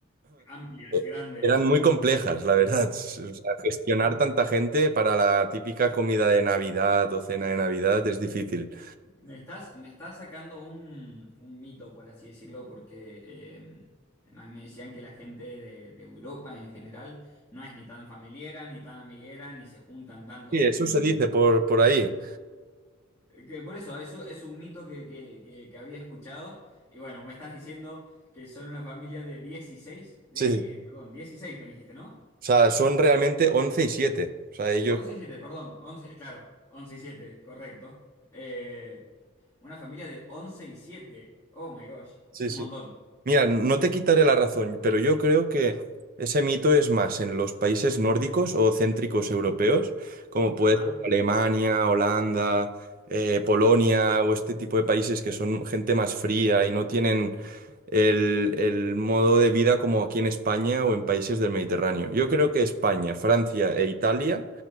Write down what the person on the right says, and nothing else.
eh,
eran muy complejas, la verdad. <laughs> o sea, gestionar tanta gente para la típica comida de Navidad o cena de Navidad es difícil.
Sí, eso
se dice por, por ahí.
Sí.
sí.
O sea, son realmente 11 y siete O sea, ellos...
Sí,
sí.
Mira, no te quitaré la razón, pero yo creo que ese mito es más en los países nórdicos o céntricos europeos, como puede
ser Alemania, Holanda, eh, Polonia o este tipo de países que son gente más fría y no tienen el, el modo de vida como aquí en España o en países del Mediterráneo. Yo creo que España, Francia e Italia